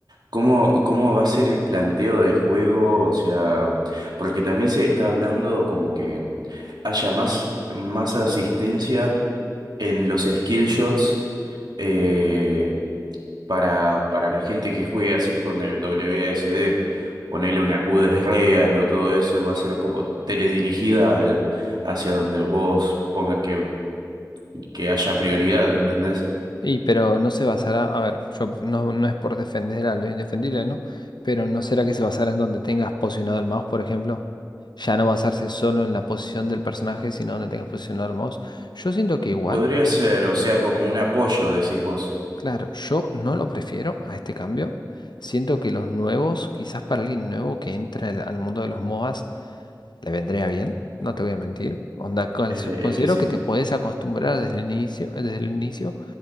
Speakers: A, on the right; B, on the left.
A: cómo, cómo va a ser el planteo de juego, o sea, porque también se está hablando como que haya más, más asistencia en los skill shots eh, para, para la gente que juegue así con el WASD. Ponerle una Q de real o todo eso va a ser como teledirigida al- hacia donde vos pongas que que haya prioridad, ¿entendés?
B: Y pero no se basará, a ver, yo no, no es por defender a lo indefendible, ¿no? Pero ¿no será que se basará en donde tengas posicionado el mouse, por ejemplo? Ya no basarse solo en la posición del personaje, sino donde tengas posicionado el mouse. Yo siento que igual,
A: Podría ser, o sea, como un apoyo, decís vos.
B: claro, yo no lo prefiero a este cambio. Siento que los nuevos, quizás para alguien nuevo que entra al, al mundo de los MOBAs, ¿Te vendría bien? No te voy a mentir. Onda, cons-
A: Eh,
B: considero
A: es que sí,
B: que te podés acostumbrar desde el inicio, desde el inicio,